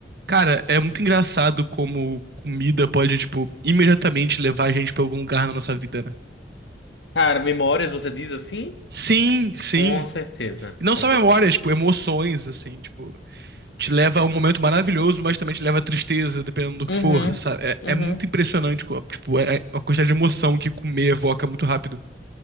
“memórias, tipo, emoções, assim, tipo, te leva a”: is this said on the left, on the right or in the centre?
Right